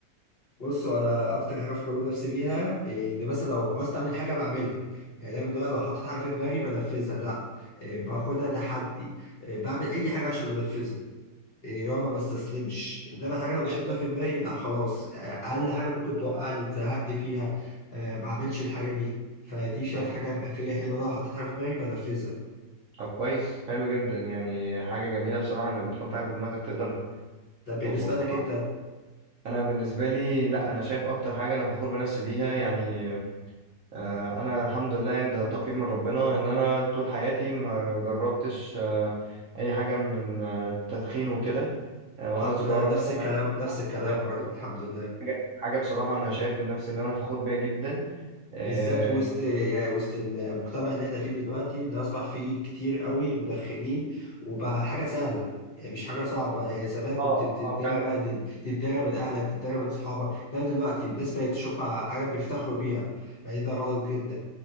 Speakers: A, on the left; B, on the right.
A: بص انا اكتر حاجة فخور بنفسي بيها إيه، ان مثلا لو عاوز اعمل حاجة بعملها يعني انا بالنهار لو حطيت حاجة في دماغي بنفذها لا إيه، باخدها تحدي إيه، بعمل اي حاجة عشان انفذها إيه، يا ما بستسلمش انما الحاجة لو مش
B: ايوه
A: حاططها في دماغي لا خلاص اقل حاجة ممكن توقعني تزهقني فيها آه، ما اعملش الحاجة دي فدي شايف
B: أيوة.
A: حاجة فيا حلوة لو حطيت حاجة في دماغي بنفذها
B: طب كويس حلو جدا يعني حاجة جميلة بصراحة انك بتحط حاجة في دماغك تقدر
A: طب بالنسبة
B: توصل لها
A: لك انت
B: انا بالنسبة لي لا انا شايف اكتر حاجة انا فخور بنفسي بيها يعني آه، انا الحمد لله يعني ده توفيق من ربنا ان انا طول حياتي ما جربتش آه، اي حاجة من آه، التدخين وكده آه، ولا
A: الحمد
B: سجارة
A: لله نفس
B: ولا
A: الكلام نفس
B: <laughs>
A: الكلام
B: ده
A: برضه الحمد لله
B: حاجة حاجة بصراحة انا شايف نفسي ان انا فخور بيها جدا اه
A: بالذات وسط يعني وسط المجتمع اللي احنا فيه دلوقتي اللي اصبح فيه كتير قوي مدخنين وبقى حاجه سهله يعني مش حاجه صعبه يعني زمان كنت
B: اه
A: بتتدارى
B: آه، فعلا
A: دل- تتدارى من اهلك تتدارى من اصحابك لا دلوقتي الناس بقت تشوفها حاجه بيفتخروا بيها يعني ده غلط جدا